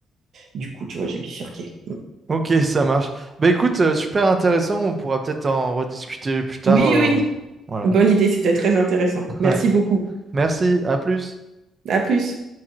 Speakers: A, on the right; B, on the right.
A: du coup, tu vois, j'ai bifurqué.
B: Ok, ça marche. Bah écoute, euh, super intéressant, on pourra peut-être en rediscuter plus tard.
A: Oui,
B: euh,
A: oui.
B: voilà.
A: Bonne idée, c'était très intéressant.
B: <laughs>
A: Merci
B: Ouais.
A: beaucoup.
B: Merci, à plus.
A: À plus.